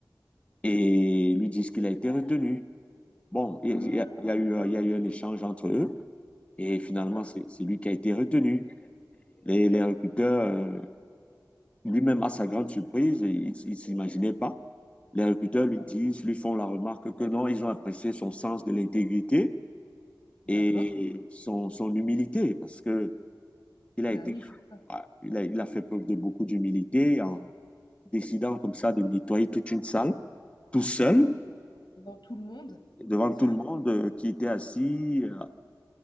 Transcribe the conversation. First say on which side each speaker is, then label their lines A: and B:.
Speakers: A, on the left; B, on the left.
A: et lui disent qu'il a été retenu. Bon, il
B: Mhm.
A: il y, a il y a eu, un- il y a eu un échange entre eux et finalement,
B: D'accord.
A: c'est c'est lui qui a été retenu. Les, les recruteurs, euh, lui-même, à sa grande surprise, il ne s'imaginait pas. Les recruteurs
B: Bah,
A: lui disent, lui font la remarque que non, ils ont apprécié son sens de l'intégrité et
B: d'accord.
A: son, son humilité parce que il a
B: Bah
A: été,
B: oui, c'est ça.
A: ah, il a, il a fait preuve de beaucoup d'humilité en décidant comme ça de nettoyer toute une salle, tout seul,
B: Devant tout le monde,
A: devant
B: bien sûr,
A: tout le monde euh, qui était assis euh,